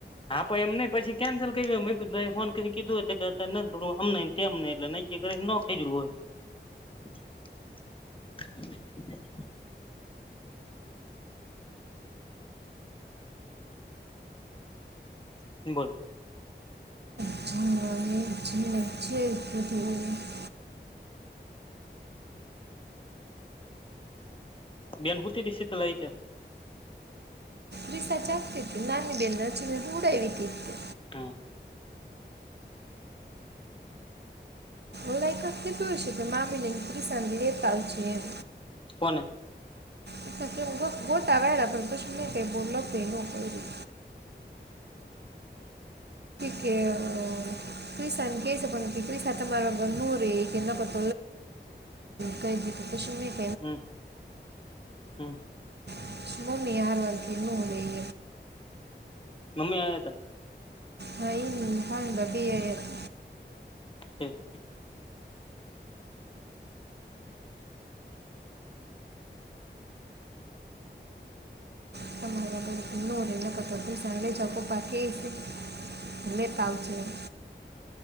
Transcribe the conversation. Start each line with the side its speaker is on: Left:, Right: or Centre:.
Left: હા પણ એમ નઈ પછી કેન્સલ કરયુ હોય મે ફોન કરીને કીધું હોય <unintelligible> તેમને એટલે નકી કરીને નો કરયુ હોય <inaudible> બોલ
Right: <unintelligible> જને જ <unintelligible>
Left: બેન હુંતી તી શીતલ આઈ ત્યારે
Right: દીસા જાગતી તી નાની બેહેન ને જ હુવડાવી હતી તે
Left: હમ્મ.
Right: ઓલા એકાદ કીધું હશે કે મામીને કસાજ ને લેતા આવજો એમ
Left: કોને
Right: સચ ગોટ વેરા <unintelligible> કે <unintelligible> ક્રિસન કેસે પણ ક્રિસસા મા નો રે એક કે નકત <unintelligible> કંઈ દી તશે મે
Left: હમ્મ હમ્મ.
Right: પછી મમ્મી હારૂ વરગ નો રેય
Left: મમ્મી આયા તા?
Right: હ ઈ ને ફઈ બા બે આયા તા
Left: <unintelligible>
Right: <unintelligible> લે જાય પપા કેસે લેતા આવજો એમ